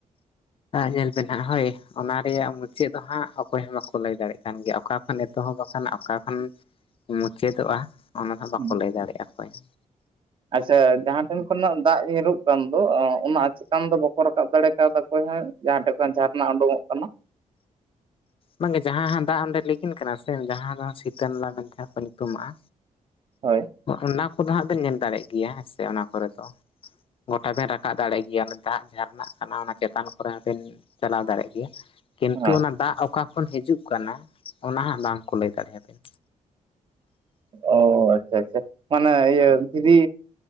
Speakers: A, on the left; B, on the right.
A: ᱧᱮᱞ ᱵᱮᱱ ᱦᱟᱸᱜ ᱦᱳᱭ ᱚᱱᱟ ᱨᱮᱭᱟᱜ ᱢᱩᱪᱟᱹᱫ ᱫᱚ ᱦᱟᱸᱜ ᱚᱠᱚᱭ ᱦᱚᱸ ᱵᱟᱠᱚ ᱞᱟᱹᱭ ᱫᱟᱲᱮᱭᱟᱜ ᱠᱟᱱ ᱜᱮᱭᱟ ᱚᱠᱟ ᱠᱷᱚᱱ ᱮᱛᱚᱦᱚᱵ ᱟᱠᱟᱱᱟ ᱚᱠᱟ ᱠᱷᱚᱱ ᱢᱩᱪᱟᱹᱫᱚᱜᱼᱟ ᱚᱱᱟ ᱦᱚᱸ ᱵᱟᱠᱚ
B: ᱦᱩᱸ
A: ᱞᱟᱹᱭ ᱫᱟᱲᱮᱭᱟᱜᱼᱟ ᱚᱠᱚᱭ ᱦᱚᱸ᱾
B: ᱟᱪᱪᱷᱟ ᱡᱟᱦᱟᱸ ᱴᱷᱮᱱ ᱠᱷᱚᱱᱟᱜ ᱫᱟᱜ ᱧᱩᱨᱩᱜ ᱠᱟᱱ ᱫᱚ ᱚᱜ ᱚᱱᱟ ᱪᱮᱛᱟᱱ ᱫᱚ ᱵᱟᱠᱚ ᱨᱟᱠᱟᱵ ᱫᱟᱲᱮ ᱠᱟᱣᱫᱟ? ᱚᱠᱚᱭ ᱦᱮᱜ ᱡᱟᱦᱟᱸ ᱴᱷᱮᱱ ᱠᱷᱚᱱ ᱡᱷᱟᱨᱱᱟ ᱩᱰᱩᱝᱚᱜ ᱠᱟᱱᱟ,
A: ᱵᱟᱝᱜᱮ ᱡᱟᱦᱟᱸ ᱦᱟᱜ ᱫᱟᱜ ᱚᱸᱰᱮ ᱞᱤᱜᱤᱱ ᱠᱟᱱᱟ ᱥᱮ ᱡᱟᱦᱟᱸ ᱫᱚ ᱥᱤᱛᱟᱹᱱᱟᱞᱟ ᱢᱮᱱᱛᱮ ᱠᱚ ᱧᱩᱛᱩᱢᱟᱜᱼᱟ᱾
B: ᱦᱳᱭ,
A: ᱚᱱᱟ ᱠᱚᱫᱚ ᱦᱟᱸᱜ ᱵᱮᱱ ᱧᱮᱞ ᱫᱟᱲᱮᱭᱟᱜ ᱜᱮᱭᱟ ᱦᱮᱸ ᱥᱮ ᱚᱱᱟ ᱠᱚᱨᱮ ᱫᱚ᱾ ᱜᱚᱴᱟ ᱵᱮᱱ ᱨᱟᱠᱟᱵ ᱫᱟᱲᱮ ᱜᱮᱭᱟ ᱚᱱᱮ ᱫᱟᱜ ᱡᱷᱟᱨᱱᱟ ᱠᱟᱱᱟ ᱚᱱᱟ ᱪᱮᱛᱟᱱ ᱠᱚᱨᱮ ᱦᱚᱸᱵᱤᱱ, ᱪᱟᱞᱟᱣ ᱫᱟᱲᱮᱜ ᱜᱮᱭᱟ᱾ ᱠᱤᱱᱛᱩ
B: ᱦᱮᱸ
A: ᱚᱱᱟ ᱫᱟᱜ ᱚᱠᱟ ᱠᱷᱚᱱ ᱦᱤᱡᱩᱜ ᱠᱟᱱᱟ ᱚᱱᱟ ᱦᱟᱸᱜ ᱵᱟᱝᱠᱚ ᱞᱟᱹᱭ ᱫᱟᱲᱮᱭᱟᱵᱮᱱ᱾
B: ᱚ ᱟᱪᱪᱷᱟ ᱟᱪᱪᱷᱟ ᱢᱟᱱᱮ ᱤᱭᱟᱹ ᱫᱷᱤᱨᱤ